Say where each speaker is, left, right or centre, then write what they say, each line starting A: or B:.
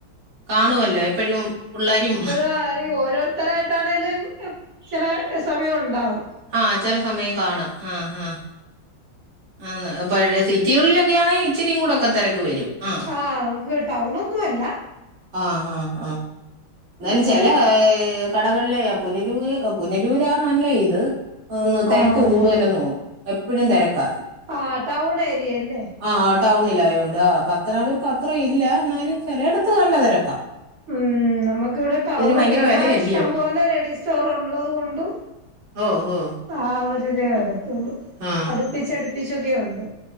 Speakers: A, on the right (about 55°); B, on the right (about 40°).
A: കാണുമല്ലോ എപ്പോഴും പുള്ളാരും
B: ആഹ് <unintelligible> ഓരോരുത്ത് ത്തരായിട്ടാണേലും ഉം ചില സമയം ഒണ്ടാവും
A: ആഹ് ചെല സമയം കാണും. ആഹ് ആഹ് ആന്ന്‌. പഴ സിറ്റികളിലൊക്കെയാണെങ്കി ഇച്ചിരിയും കൂടൊക്കെ തെരക്ക് വരും ആഹ്
B: ആഹ് നമുക്ക് ടൗണൊന്നും അല്ല
A: ആഹ് ആഹ് ആഹ് എന്നാലും
B: നമ്മള്
A: ചെല ഏഹ് കട കളിലേ പുനരൂ പുനലൂരാ നല്ല ഇത് ഒന്ന് തെരക്ക്
B: ആഹ്
A: കൂടുതലെന്ന് തോന്നുന്നു എപ്പഴും തെരക്കാ.
B: ആ ടൗൺ ഏരിയ അല്ലേ?
A: ആഹ് ടൗണിലായോണ്ട്. ആഹ് പത്തനാപുരത്ത് അത്ര ഇല്ല. എന്നാലും ചെലയിടത്ത് നല്ല തെരക്കാ.
B: ഉം നമ്മക്ക് ഇവിടെ ടൗണാ.
A: ഭയങ്കര
B: പിന്നെ
A: വിലയല്ലയോ
B: ഇഷ്ടം പോലെ ലേഡീസ് സ്റ്റോർ ഉള്ളത് കൊണ്ടും
A: ഓ ഓ
B: ആഹ് ഒരിതേ വരത്തുള്ളു.
A: ആ
B: അടുപ്പിച്ചടുപ്പിച്ചൊക്കെ ഒണ്ട്.